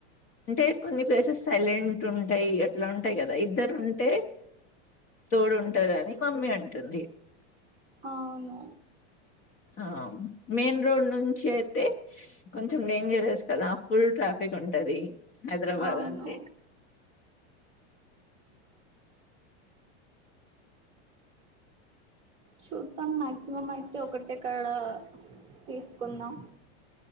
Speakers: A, on the left; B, on the right.
A: అంటే కొన్ని ప్లేసెస్ సైలెంట్ ఉంటాయి అట్లా ఉంటాయి కదా ఇద్దరు ఉంటే తోడ్ గుడి ఉంటాదని మమ్మీ అంటుంది
B: అవును
A: ఆమ్ మెయిన్ రోడ్ నుంచి అయితే కొంచెం డేంజరస్ కదా ఫుల్ ట్రాఫిక్ ఉంటది హైదరాబాద్
B: అవును
A: అంటే
B: చూద్దాం మాక్సిమం అయితే ఒకటే కాడా తీస్కుందాం.